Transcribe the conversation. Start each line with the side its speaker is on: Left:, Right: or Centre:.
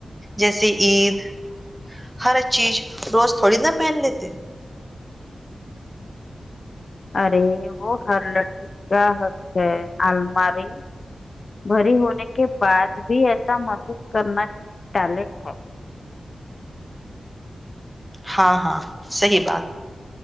Centre: جیسے عید ہر چیز روز تھوڑی نہ پہن لیتے
Left: ارے وہ ہر لڑکی کا حق ہے الماری بھری ہونے کے بعد بھی ایسا محسوس کرنا ٹیلنٹ ہے
Centre: ہاں ہاں صحی بات